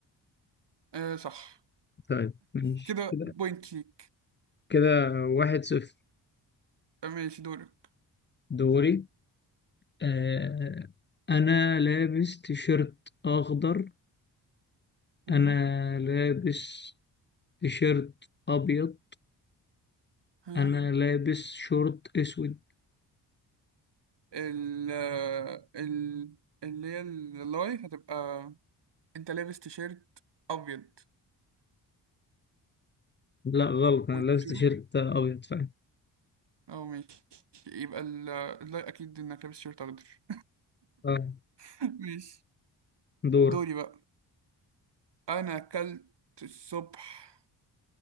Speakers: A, on the right; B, on the left.
A: أه صح
B: طيب ماشي
A: كده
B: كده
A: بوينت ليك
B: كده واحد صفر
A: آه، ماشي دورك
B: دوري آه انا لابس تيشيرت اخضر
A: مم.
B: انا لابس تيشيرت ابيض
A: ها
B: انا لابس شورت اسود
A: ال آه، ال اللي هي اللاي هتبقى انت لابس تيشيرت ابيض
B: لا غلط انا
A: والترو
B: لابس تيشيرت ابيض فعلا
A: اه ماشي يبقى ال- اللاي اكيد انك لابس تيشيرت اخضر
B: اه
A: <laughs> ماشي
B: دور
A: دوري بقى انا اكلت الصبح